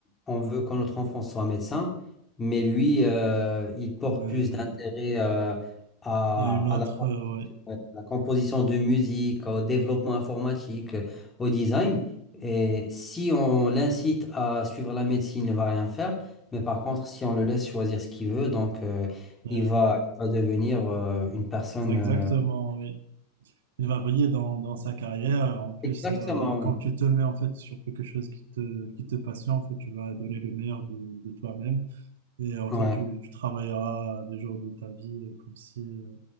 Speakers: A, on the left; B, on the right.
A: on veut que notre enfant soit médecin, mais lui, euh, il porte
B: Ouais, euh,
A: plus d'intérêt euh, à,
B: à une autre,
A: à la,
B: euh, ouais.
A: à la composition de musique, au développement informatique, euh, au design. Et si on l'incite à suivre la médecine, il ne va rien faire. Mais par contre, si on le laisse choisir ce qu'il veut, donc euh,
B: Euh,
A: il va, il va devenir euh, une personne.
B: C'est exactement,
A: euh,
B: oui. Il va briller dans, dans sa carrière. En plus,
A: Exactement,
B: euh,
A: oui.
B: quand tu te mets en fait sur quelque chose qui te, qui te passionne, en fait, tu vas donner le meilleur de, de toi-même. Et en
A: Ouais.
B: fait, tu, tu travailleras des jours de ta vie euh, comme si, euh,